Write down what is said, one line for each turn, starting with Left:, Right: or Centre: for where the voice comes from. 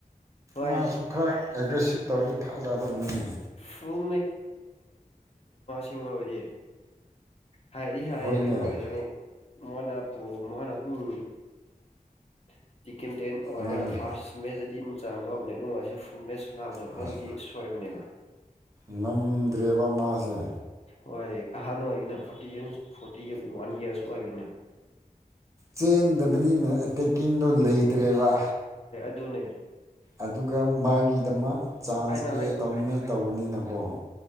Left: ꯍꯣꯏ
Right: ꯃꯥꯁꯨ ꯈꯔ ꯑꯦꯒ꯭ꯔꯦꯁꯤꯞ ꯇꯧꯔꯗꯤ ꯐꯖꯗꯧꯕꯅꯤꯅꯦ
Left: ꯐꯨꯜ ꯁꯤꯡꯕꯕꯗꯤ ꯍꯥꯏꯔꯤ ꯍꯥꯏ
Right: ꯍꯣꯏꯅꯦ
Left: ꯑꯗꯨ ꯑꯣꯏꯔꯁꯨ ꯃꯣꯏꯅ ꯄꯨ ꯃꯅꯝ ꯎꯝ <inaudible> ꯀꯦꯞꯇꯦꯟ ꯑꯣꯏꯔꯒ
Right: ꯃꯥꯅꯦ
Left: ꯐꯥꯔꯁ ꯃꯦꯠꯁꯇꯗꯤ ꯏꯟ ꯆꯥꯡꯗꯣ ꯃꯦꯠꯁꯇ ꯐꯨ ꯃꯦꯠꯁ ꯁꯅꯥꯕꯗꯣ
Right: ꯍꯣꯏ
Left: ꯃꯣꯏꯒꯤꯗꯤ ꯁꯣꯏꯕꯅꯦ ꯀꯩꯕ
Right: ꯉꯝꯗ꯭ꯔꯦꯕ ꯃꯥꯖꯦ
Left: ꯍꯣꯏ ꯑꯍꯥꯟ ꯑꯣꯏꯅ forty years forty one years ꯑꯣꯏꯕꯅꯦ
Right: ꯆꯦꯟꯗꯕꯅꯤꯅ ꯑꯦꯇꯦꯛꯀꯤꯡꯗꯣ ꯂꯩꯇ꯭ꯔꯦꯕ
Left: ꯗꯨꯅꯦ
Right: ꯑꯗꯨꯒ ꯃꯥꯒꯤꯗꯃꯛ ꯆꯥꯟꯁ
Left: ꯑꯩꯅ
Right: ꯀ꯭ꯔꯤꯌꯦꯠ
Left: ꯍꯦꯛ
Right: ꯇꯧꯅꯤꯡꯉꯥꯏ ꯇꯧꯕꯅꯤꯅꯀꯣ